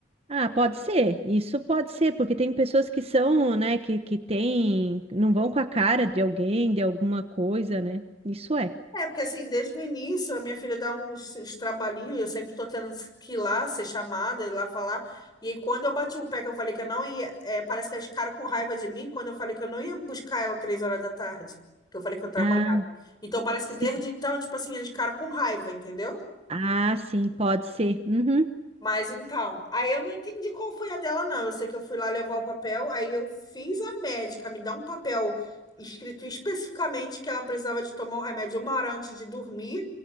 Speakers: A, on the right (about 30°); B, on the left (about 20°).
A: Ah, pode ser. Isso pode ser, porque tem pessoas que são, né, que que tem, não vão com a cara de alguém, de alguma coisa, né? Isso é.
B: É, porque assim, desde o início, a minha filha dá uns, uns trabalhinhos, eu sempre tô tendo que ir lá, ser chamada, ir lá falar. E aí, quando eu bati o pé, que eu falei que eu não ia, é, parece que elas ficaram com raiva de mim, quando eu falei que eu não ia buscar ela três horas da tarde, que eu falei que eu trabalhava.
A: Ah,
B: Então, parece
A: sim.
B: que desde então, tipo assim, eles ficaram com raiva, entendeu?
A: Ah, sim, pode ser. Uhum.
B: Mas então, aí eu não entendi qual foi a dela, não. Eu sei que eu fui lá levar o papel, aí eu fiz a médica me dar um papel escrito especificamente que ela precisava de tomar o remédio uma hora antes de dormir.